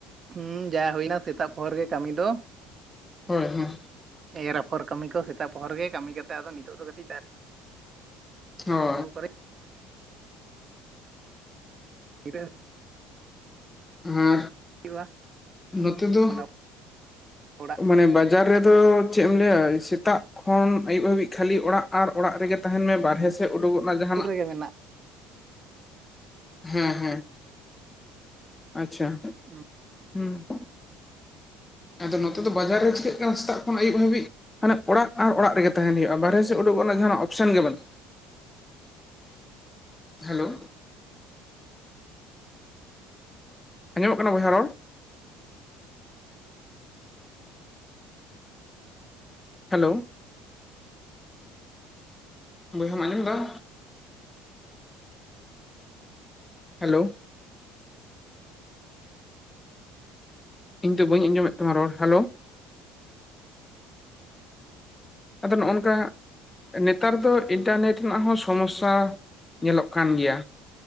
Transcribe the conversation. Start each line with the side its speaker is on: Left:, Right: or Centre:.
Right: ᱦᱩᱸ ᱡᱟ ᱦᱩᱭᱱᱟ ᱥᱮᱛᱟᱜ ᱯᱳᱨ ᱜᱮ ᱠᱟᱹᱢᱤ ᱫᱚ
Left: ᱦᱳᱭ ᱦᱩᱸ
Right: ᱮᱨ ᱟᱯᱷᱚᱨ ᱠᱟᱹᱢᱤ ᱠᱚ ᱥᱮᱛᱟᱜ ᱯᱳᱨ ᱜᱮ ᱠᱟᱹᱢᱤ ᱠᱟᱛᱮ ᱟᱫᱚ ᱱᱤᱛ ᱫᱚ ᱠᱟᱹᱴᱤᱡ ᱫᱟ᱾
Left: ᱚ
Right: <inaudible> <inaudible>
Left: ᱦᱩᱸ
Right: ᱦᱩᱭᱩᱜᱼᱟ
Left: ᱱᱚᱛᱮ ᱫᱚ
Right: ᱢᱟᱱᱮ ᱚᱲᱟᱜ
Left: ᱢᱟᱱᱮ ᱵᱟᱡᱟᱨ ᱨᱮᱫᱚ ᱪᱮᱫ ᱮᱢ ᱞᱟᱹᱭᱟ ᱥᱮᱛᱟᱜ ᱠᱷᱚᱱ ᱟᱹᱭᱩᱵ ᱦᱟᱹᱵᱤᱡ ᱠᱷᱟᱹᱞᱤ ᱚᱲᱟᱜ ᱟᱨ ᱚᱲᱟᱜ ᱨᱮᱜᱮ ᱛᱟᱦᱮᱱ ᱢᱮ ᱵᱟᱨᱦᱮ ᱥᱮᱫ ᱩᱰᱩᱠᱚᱜ ᱡᱟᱦᱟᱱᱟᱜ
Right: ᱨᱮᱜᱮ ᱢᱮᱱᱟᱜᱼᱟ
Left: ᱦᱮ ᱦᱮ ᱟᱪᱪᱷᱟ
Right: ᱦᱩᱸ
Left: ᱦᱩᱸ ᱟᱫᱚ ᱱᱚᱛᱮ ᱫᱚ ᱵᱟᱡᱟᱨ ᱨᱮ ᱪᱤᱠᱟᱹᱜ ᱠᱟᱱᱟ ᱥᱮᱛᱟᱜ ᱠᱷᱚᱱ ᱟᱹᱭᱩᱵ ᱦᱟᱹᱵᱤᱡ ᱢᱟᱱᱮ ᱚᱲᱟᱜ ᱟᱨ ᱚᱲᱟᱜ ᱨᱮᱜᱮ ᱛᱟᱦᱮᱱ ᱦᱩᱭᱩᱜᱼᱟ ᱵᱟᱨᱦᱮ ᱥᱮᱫ ᱩᱰᱩᱠᱚᱜ ᱨᱮᱱᱟᱜ ᱡᱟᱦᱟᱱᱟᱜ ᱚᱯᱷᱥᱮᱱ ᱜᱮ ᱵᱟᱹᱱᱩᱜ-ᱟ᱾ ᱦᱮᱞᱳ ᱟᱸᱡᱚ ᱢᱚᱜ ᱠᱟᱱᱟ ᱵᱚᱭᱦᱟ ᱨᱚᱲ᱾ ᱦᱮᱞᱳ ᱵᱚᱭᱦᱟᱢ ᱟᱸᱡᱚᱢ ᱫᱟᱢ᱾ ᱦᱮᱞᱳ ᱤᱧ ᱫᱚ ᱵᱟᱹᱧ ᱟᱸᱡᱚ ᱢᱮᱫ ᱛᱟᱢᱟ ᱨᱚᱲ ᱦᱮᱞᱳ ᱟᱫᱚ ᱱᱚᱦ-ᱚᱱ ᱠᱟ ᱱᱮᱛᱟᱨ ᱫᱚ ᱤᱱᱴᱟᱨᱱᱮᱴ ᱨᱮᱱᱟᱜ ᱦᱚ ᱥᱚᱢᱚᱥᱥᱟ ᱧᱮᱞᱚᱜ ᱠᱟᱱ ᱜᱮᱭᱟ᱾